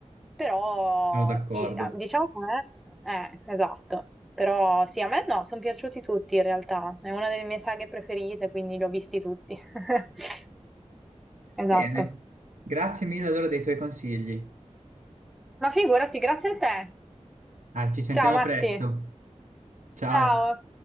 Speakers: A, in the centre; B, on the right.
A: Però
B: Sono d'accordo.
A: sì, diciamo che a me- eh, esatto. Però sì, a me no, sono piaciuti tutti in realtà. È una delle mie saghe preferite, quindi li ho visti tutti. <laughs> Esatto.
B: Bene, grazie mille allora dei tuoi consigli.
A: Ma figurati, grazie a te.
B: Dai, ci sentiamo
A: <laughs> Ciao Matti.
B: presto. Ciao.
A: Ciao.